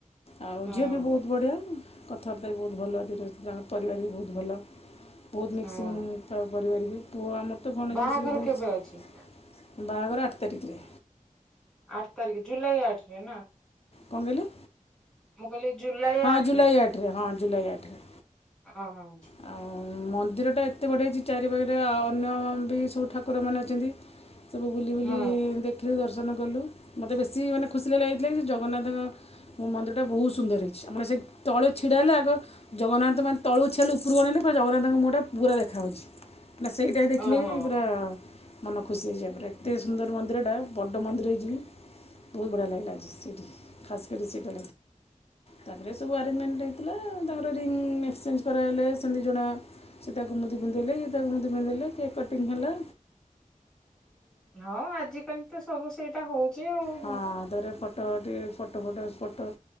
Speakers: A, on the left (about 45°); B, in the centre.
A: ଆଉ
B: ହଁ
A: ଝିଅ ବି ବହୁତ ବଢିଆ। କଥାବାର୍ତ୍ତା ବି ବହୁତ ଭଲ ଦିନ ପରିବାର ବି ବହୁତ ଭଲ। ବହୁତ ମିକ୍ସିଂ
B: ହଁ
A: ତାଙ୍କ ପରିବାର ବି। ପୁଅ ଆମର ତ ଭଣଜା
B: ବାହାଘର
A: ସେ ବି ବହୁତ
B: କେବେ ଅଛି?
A: ବାହାଘର ଆଠ ତାରିଖରେ।
B: ଆଠ ତାରିଖେ ଜୁଲାଇ ଆଠ ତାରିଖରେ ନା।
A: କଣ କହିଲେ?
B: ମୁ କହିଲି। ଜୁଲାଇ
A: ହଁ
B: ଆଠରେ
A: ଜୁଲାଇ ଆଠରେ ହଁ ଜୁଲାଇ ଆଠରେ।
B: ହଁ ହଁ।
A: ଆଉ ମନ୍ଦିରଟା ଏତେ ବଢ଼ିଯାଇଛି ଚାରିପାଖରେ ଆଉ ଅନ୍ୟ ବି ସବୁ ଠାକୁରମାନେ ଅଛନ୍ତି। ସବୁ ବୁଲି ବୁଲି
B: ହଁ।
A: ଦେଖିଲୁ ଦର୍ଶନ- ଗଲୁ ମୋତେ ବେଶୀ ମାନେ ଖୁସି ଲାଗ ଲାଗିଥିଲା କି ଯେ ଜଗନ୍ନାଥଙ୍କ ମୋ ମନ୍ଦିରଟା ବହୁତ ସୁନ୍ଦର ହେଇଛି ଆମର ସେ- ତଳୁ ଛିଡା ହେଲେ ଆଗ ଜଗନ୍ନାଥ ମାନେ ତଳୁ- ଛେଲ ଉପରକୁ ଅନେଇଲେ ପୁରା ଜଗନ୍ନାଥଙ୍କ ମୁହଁଟା ପୁରା ଦେଖାହେଉଛି। ନା ସେଇଟା ଦେଖିଲି
B: ଓହୋ ହଁ
A: ବି ପୁରା-
B: ହଁ
A: ମନ ଖୁସି ହେଇଯିବା ପରେ ଏତେ ସୁନ୍ଦର ମନ୍ଦିରଟା ବଡ଼ ମନ୍ଦିର ହେଇଯିବ। ବହୁତ ବଢିଆ ଲାଗିଲା <unintelligible> ଖାସ କରି ସେଇଟା। ତାପରେ ସବୁ ଆରେଞ୍ଜମେଣ୍ଟ ହେଇଥିଲ। ତାପରେ ରିଙ୍ଗ ମେସେଜ - କରାଇଲେ ସେମିତି ଜଣା। ସେ ତାକୁ ମୁଦି ପିନ୍ଧେଇଲେ ସେ ତାକୁ ମୁଦି ପିନ୍ଧିଇଲେ କି- ସଟିଙ୍ଗ କଲା।
B: ହଁ ଆଜିକାଲି ତ ସବୁ ସେଇଟା ହଉଛି ଆଉ।
A: ହଁ ତାପରେ ଟିକେ ଫଟୋ ଫଟୋ ଫଟୋ।